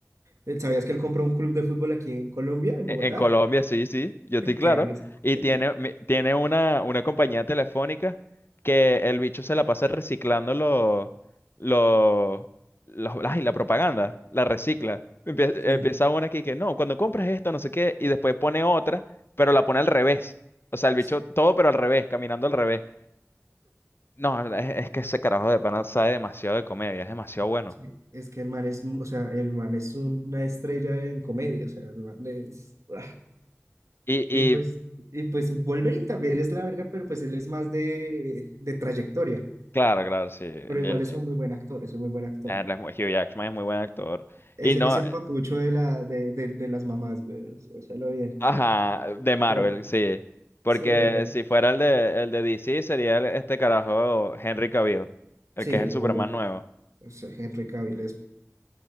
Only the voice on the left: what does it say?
E- En Colombia, sí, sí, yo estoy
claro.
Y
tiene, mi- tiene una, una compañía telefónica que el bicho se la pasa reciclando los, los, los- ay, la propaganda, la recicla. Empie- Empieza,
una aquí que no, cuando compras esto, no sé qué, y después pone otra, pero la pone al revés. O sea, el bicho
todo, pero al revés, caminando al revés. No, es, es que ese carajo de pana sabe demasiado de comedia, es demasiado bueno.
Y, y
claro, claro, sí, el,
el-
Él es muy- Hugh Jackman es muy buen actor.
Y no,
ajá, de Marvel,
sí. Porque
si fuera el de, el de DC, sería el- este carajo Henry Cavill, el
que es el
Superman nuevo.